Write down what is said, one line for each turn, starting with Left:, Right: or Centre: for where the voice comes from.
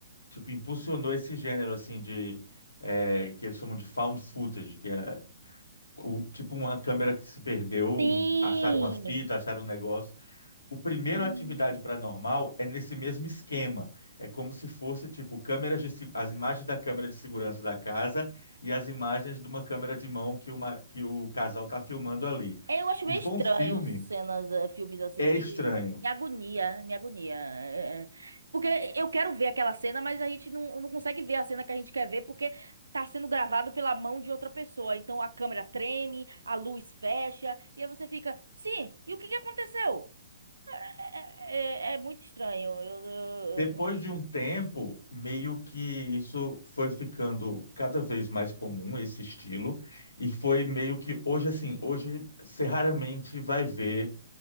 Left: tipo impulsionou esse gênero assim de é, que eles chamam de found footage, que é o, tipo uma câmera que se perdeu,
Right: Sim.
Left: um, acharam uma fita, acharam um negócio o primeiro
Right: Hum.
Left: Atividade Paranormal é nesse mesmo esquema. É como se fosse tipo câmeras de, se- as imagens da câmera de segurança da casa e as imagens de uma câmera de mão que, uma, que o casal está filmando ali.
Right: Eu acho
Left: E
Right: meio
Left: foi
Right: estranho
Left: um filme,
Right: cenas, eh, filmes assim
Left: é
Right: que
Left: estranho.
Right: me agonia, me agonia. É, é. Porque eu quero ver aquela cena, mas a gente não, não consegue ver a cena que a gente quer ver porque tá sendo gravado pela mão de outra pessoa. Então a câmera treme, a luz fecha, e aí você fica, sim, e o que que aconteceu? É, é- é é muito estranho. Eu, eu-
Left: Depois
Right: eu não.
Left: de um tempo, meio que isso foi ficando cada vez mais comum, esse estilo, e foi meio que hoje assim, hoje você raramente vai ver